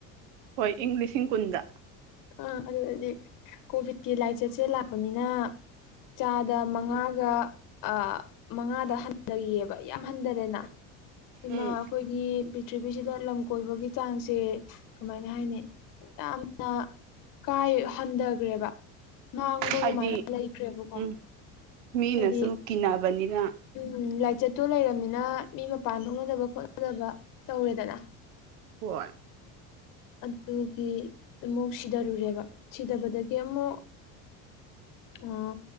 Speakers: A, on the right (about 90°); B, on the left (about 60°).
A: ꯍꯣꯏ ꯏꯪ ꯂꯤꯁꯤꯡ ꯀꯨꯟꯗ
B: ꯑꯥ ꯑꯗꯨꯗꯗꯤ ꯀꯣꯚꯤꯠꯀꯤ ꯂꯥꯏꯆꯠꯁꯦ ꯂꯥꯛꯄꯅꯤꯅ ꯆꯥꯗ ꯃꯉꯥꯒ ꯑꯥ ꯃꯉꯥꯗ ꯍꯟꯗꯒꯤꯌꯦꯕ ꯌꯥꯝ ꯍꯥꯟꯗꯗꯅ ꯑꯗꯨꯅ
A: ꯎꯝ
B: ꯑꯈꯣꯏꯒꯤ ꯄꯤꯊ꯭ꯔꯤꯕꯤꯁꯤꯗ ꯂꯝ ꯀꯣꯏꯕꯒꯤ ꯆꯥꯡꯖꯦ ꯀꯃꯥꯏꯅ ꯍꯥꯏꯅꯤ ꯌꯥꯝꯅ ꯀꯥꯏ ꯍꯟꯗꯒ꯭ꯔꯦꯕ ꯃꯥꯡꯕꯒꯨꯃꯥꯏꯅ
A: ꯍꯥꯏꯗꯤ
B: ꯂꯩꯈ꯭ꯔꯦꯕꯀꯣ
A: ꯎꯝ ꯃꯤꯅꯁꯨ
B: ꯍꯥꯏꯗꯤ
A: ꯀꯤꯅꯕꯅꯤꯅ
B: ꯎꯝ ꯂꯥꯏꯆꯠꯇꯨ ꯂꯩꯔꯕꯝꯃꯤꯅ ꯃꯤ ꯃꯄꯥꯟ ꯊꯣꯛꯅꯗꯕ ꯈꯣꯠꯅꯗꯕ ꯇꯧꯔꯦꯗꯅ
A: ꯍꯣꯏ
B: ꯑꯗꯨꯒꯤ ꯑꯃꯨꯛ ꯁꯤꯗꯔꯨꯔꯦꯕ ꯁꯤꯗꯕꯗꯒꯤ ꯑꯃꯨꯛ ꯑꯣ